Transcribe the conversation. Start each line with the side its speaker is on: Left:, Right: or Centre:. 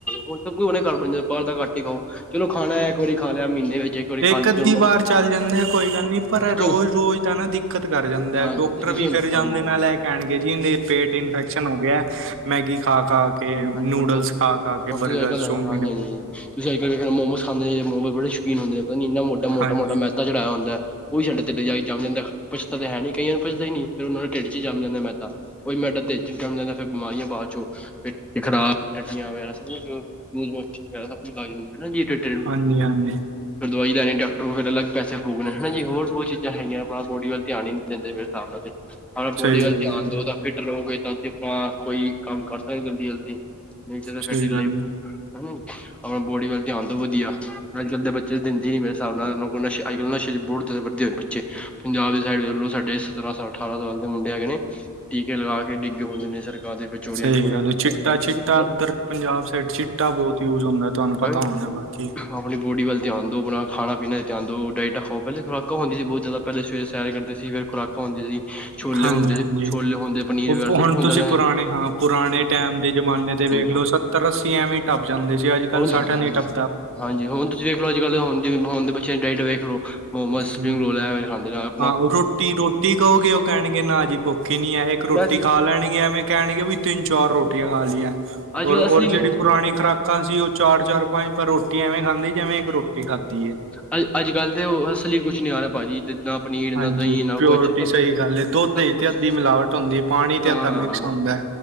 Centre: ਹੁਣ ਸਭ ਕੁਝ ਘਰ ਬਣ ਜਾਂਦਾ, ਬਾਹਰ ਤਾਂ ਘੱਟ ਹੀ ਖਾਓ, ਚਲੋ ਖਾਣਾ ਇੱਕ ਵਾਰੀ ਖਾ ਲਿਆ ਮਹੀਨੇ, ਵਿੱਚ ਵਾਰੀ
Right: ਏਕ
Centre: ਖਾ ਲਿਆ
Right: ਅੱਦੀ
Centre: ਚਲੋ
Right: ਵਾਰ ਚੱਲ ਜਾਂਦਾ ਕੋਈ ਗੱਲ ਨੀ, ਪਰ
Centre: ਹਾਂਜੀ
Right: ਰੋਜ਼ ਰੋਜ਼ ਦਾ ਨਾ ਦਿੱਕਤ ਕਰ ਜਾਂਦਾ,
Centre: ਹਾਂਜੀ
Right: ਤੁਰੀ ਫਰੀ,
Centre: ਤੁਸੀਂ
Right: ਵੀ ਫਿਰ
Centre: ਹਾਂਜੀ-ਹਾਂਜੀ
Right: ਜਾਂਦੇ ਨਾਲ ਐ ਕਹਿਣ ਗੇ ਜੀ, ਪੇਟ ਇਨਫੈਕਸ਼ਨ ਹੋ ਗਿਆ ਮੈਗੀ, ਖਾ ਖਾ ਕੇ
Centre: ਹਾਂਜੀ
Right: ਨੂਡਲਸ,
Centre: ਹੁਣ ਤੁਸੀਂ
Right: ਖਾ ਖਾ ਕੇ ਬਰਗਰ,
Centre: ਅੱਜ ਕੱਲ
Right: ਚੋਮਨ
Centre: ਹਾਂਜੀ ਹਾਂਜੀ ਤੁਸੀਂ ਅੱਜ ਕੱਲ ਵੇਖ ਮੋਮੋਸ ਖਾਂਦੇ ਜੇ ਮੋਮੇਜ, ਬੜੇ ਸ਼ੌਕੀਨ ਹੁੰਦੇ, ਪਤਾ ਨੀ ਇੰਨਾ ਮੋਟਾ-ਮੋਟਾ
Right: ਹਾਂਜੀ,
Centre: ਮੈਦਾ ਚੜਾਆ ਹੁੰਦਾ ਔਹੀ ਸਾਡੇ ਤੁਹਾਡੇ ਢਿੱਡ ਜਾ ਕੇ ਜਮ ਜਾਂਦਾ, ਪਚਦਾ ਤੇ ਹੈ ਨੀ ਕਈਆਂ ਨੂੰ ਪਚਦਾ ਹੀ ਨੀ ਫਿਰ ਓਹਨਾਂ ਦੇਂ ਢਿੱਡ ਚ ਹੀ ਜਮ ਜਾਂਦਾ ਮੈਦਾ। ਔਈ ਮੈਂਦਾ ਢਿੱਡ ਚ ਜੰਮ ਜਾਂਦਾ ਫਿਰ ਬਿਮਾਰੀਆਂ ਬਾਦ ਚੋਂ ਪੇ ਖਰਾਬ, ਟੱਟੀਆਂ ਵਗੈਰਾ, ਸਭ ਕੁਛ ਲੂਸ ਮੋਸ਼ਣ ਵਗੈਰਾ ਸਬ ਕੁਛ ਲਗ ਜਾਂਦੇ ਨਾ ਜੀ, ਜਿਦੇ ਤੇ ਟੇਡ
Right: ਹਾਂਜੀ-ਹਾਂਜੀ
Centre: ਫਿਰ ਦਵਾਈ ਲੈਣੀ ਡਾਕਟਰ ਕੋਲ, ਫਿਰ ਅਲੱਗ ਪੈਸੇ ਫੂਕਣੇ। ਹਾਂ ਜੀ, ਹੋਰ ਓਹ ਚੀਜ਼ਾਂ ਹੈਗੀਆਂ, ਅਪਣਾ ਬੋਡੀ ਵੱਲ ਧਿਆਨ ਹੀ ਨੀ ਦਿੰਦੇ ਮੇਰੇ ਸਾਬ ਨਾਲ, ਫੇਰ ਅਗਰ ਬੋਡੀ
Right: ਸਹੀ
Centre: ਵੱਲ
Right: ਗੱਲ
Centre: ਧਿਆਨ
Right: ਹੈ,
Centre: ਦਿਓ ਤਾਂ ਫਿੱਟ ਰਹੋਗੇ ਤਾਂ ਤੇ ਪਾ, ਕੋਈ ਕੰਮ ਕਰ ਸਕਦੇ ਜਲਦੀ ਜਲਦੀ ਨਹੀਂ ਤੇ
Right: ਸਹੀ
Centre: ਫੇਰ ਢਿੱਲੇ,
Right: ਗੱਲ
Centre: ਹੈ, ਨਈ ਅਪਣਾ ਬੋਡੀ ਵੱਲ, ਧਿਆਨ ਦੋ ਵਧੀਆ। ਅੱਜ ਕੱਲ ਦੇ ਬੱਚੇ ਦਿੰਦੇ ਹੀ ਨੇ ਮੇਰੇ ਸਾਬ ਨਾਲ, ਅੱਜ-ਕੱਲ ਨਾ ਸ਼ਰੀ ਬੁਡ ਥ ਵਧੇ ਹੋਏ ਚੇ ਪੰਜਾਬ ਦੀ ਸਾਈਡ ਵੇਖਲੋ, ਸਾਡੇ ਸਤਰਾਂ ਸਾ ਅਠਾਰਾਂ ਸਾਲ, ਦੇ ਮੁੰਡੇ ਹੈਗੇ ਨੇ ਟੀਕੇ ਲਗਾ ਕੇ ਡਿੱਗੇ ਹੁੰਦੇ ਨੇ ਸੜਕਾ ਦੇ, ਵਿੱਚ ਚੋਰੀਆਂ
Right: ਸਹੀ
Centre: ਚੋਰੀਆਂ
Right: ਗੱਲ ਹੈ
Centre: ਕੱਟਾ
Right: ਚਿੱਟਾ-ਚਿੱਟਾ
Centre: ਵਗੈਰਾ <unintelligible> ਨਹੀਂ
Right: ਇੱਧਰ ਪੰਜਾਬ ਸਾਈਡ ਚਿੱਟਾ ਬਹੁਤ ਯੂਜ ਹੁੰਦਾ ਤੁਹਾਨੂੰ ਪਤਾ
Centre: ਨਹੀਂ।
Right: ਹੋਣਾ
Centre: <inaudible>
Right: ਬਾਕੀ
Centre: ਆਪਣੀ ਬੋਡੀ ਵੱਲ ਧਿਆਨ ਦਿਓ, ਅਪਣਾ ਖਾਣਾ-ਪੀਣਾ ਚ ਧਿਆਨ ਦਿਓ, ਡਾਇਟਾ ਖਾਓ। ਪਹਿਲੇ ਖੁਰਾਕਾ ਹੁੰਦੀਆ ਸੀ, ਬਹੁਤ ਜਿਆਦਾ ਪਹਿਲੇ, ਸਵੇਰੇ ਸੈਰ ਕਰਦੇ ਸੀ, ਫੇਰ ਖੁਰਾਕਾਂ ਹੁੰਦੀਆਂ ਸੀ, ਛੋਲੇ
Right: ਹਾਂਜੀ-ਹਾਂਜੀ
Centre: ਹੁੰਦੇ ਸੀ, ਛੋਲੇ ਹੁੰਦੇ, ਪਨੀਰ
Right: ਉਹ
Centre: ਵਗੈਰਾ
Right: ਪੁ-
Centre: ਸਭ
Right: ਹੁਣ
Centre: ਕੁਛ ਹੁੰਦਾ
Right: ਤੁਸੀਂ
Centre: ਜਾਂ
Right: ਪੁਰਾਣੇ ਹਾਂ ਪੁਰਾਣੇ ਟਾਈਮ, ਦੇ ਜਮਾਨੇ ਤੇ ਵੇਖ ਲੋ
Centre: ਹਾਂਜੀ
Right: ਸੱਤਰ-ਅੱਸੀ ਐਵੇਂ ਟੱਪ ਜਾਂਦੇ ਸੀ, ਅੱਜ-ਕੱਲ੍ਹ
Centre: ਹੁਣ
Right: ਸੱਠ ਨੀ ਟੱਪ
Centre: ਹਾਂਜੀ, ਹੁਣ ਤੁਸੀਂ ਵੇਖਲੋ ਅੱਜ--ਕੱਲ ਹੋਣ ਹੋਣ ਦੇ ਬੱਚਿਆਂ, ਦੀ ਡਾਇਟ ਵੇਖ ਲੋ ਮੋਮੋਸ, ਸਪਰਿੰਗ
Right: ਹੂੰ
Centre: ਰੋਲ ਐ ਐ ਖਾਂਦੇ ਜਾਓ
Right: ਹਾਂ ਰੋਟੀ ਰੋਟੀ ਕਹੋਗੇ, ਓਹ ਕਹਿਣਗੇ, ਨਾ ਜੀ ਭੁੱਖ ਹੀ ਨੀ ਹੈ, ਇੱਕ ਰੋਟੀ
Centre: ਵੈਸੇ
Right: ਖਾ ਲੈਣਗੇ ਐਵੇਂ ਕਹਿਣਗਏ, ਤਿੰਨ-ਚਾਰ ਰੋਟੀਆਂ ਖਾ ਲੀਆ
Centre: ਅੱਜ ਕੱਲ
Right: ਔਰ
Centre: ਅਸਲੀ
Right: ਜਿਹੜੀ ਪੁਰਾਣੀ ਖੁਰਾਕ ਅਸੀਂ, ਓਹ ਚਾਰ-ਚਾਰ ਪੰਜ-ਪੰਜ ਰੋਟੀ ਐਵੇਂ ਖਾਂਦੇ ਸੀ, ਜਿਵੇ ਇੱਕ ਰੋਟੀ ਖਾਦੀ ਏ
Centre: ਅ, ਅੱਜ-ਕੱਲ੍ਹ ਤੇ ਓਹ ਅਸਲੀ ਕੁਛ ਨਈ, ਆ ਰਿਹਾ ਭਾਜੀ। ਨਾ ਪਨੀਰ ਨਾ
Right: ਹਾਂਜੀ,
Centre: ਦਹੀਂ ਨਾ
Right: ਪਿਓਰਟੀ
Centre: ਕੁਛ ਸਭ
Right: ਸਹੀ ਗੱਲ ਏ। ਦੁੱਧ
Centre: ਸਭ
Right: ਵਿੱਚ
Centre: ਕੁਛ
Right: ਤੇ ਅੱਧੀ ਮਿਲਾਵਟ ਹੁੰਦੀ ਪਾਣੀ ਤੇ,
Centre: ਹਾਂ
Right: ਅੱਧਾ ਮਿਕਸ ਹੁੰਦਾ